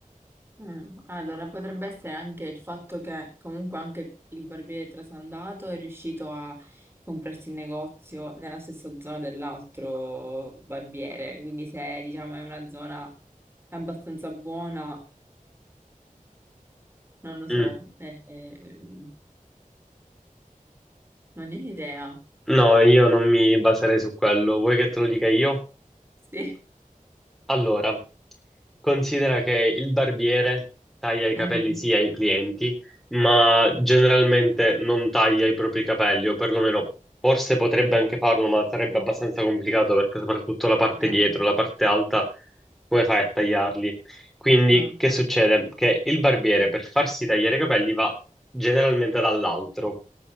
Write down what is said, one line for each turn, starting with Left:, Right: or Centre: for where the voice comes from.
Right: Mm, Allora, potrebbe essere anche il fatto che comunque anche il barbiere trasandato è riuscito a comprarsi il negozio nella stessa zona dell'altro barbiere, quindi se diciamo è una zona abbastanza buona, non lo so,
Centre: Mm.
Right: eh, eh, non ne ho idea. <laughs>
Centre: No, io non mi baserei su quello, vuoi che te lo dica io?
Right: Sì.
Centre: Allora, considera che il barbiere taglia i
Right: Mhm.
Centre: capelli sì ai clienti, ma generalmente non taglia i propri capelli, o perlomeno forse potrebbe anche farlo, ma sarebbe abbastanza complicato perché soprattutto la parte
Right: Mm,
Centre: dietro, la parte alta, come fai a tagliarli? Quindi
Right: mm,
Centre: che succede? Che il barbiere per farsi tagliare i capelli va generalmente dall'altro.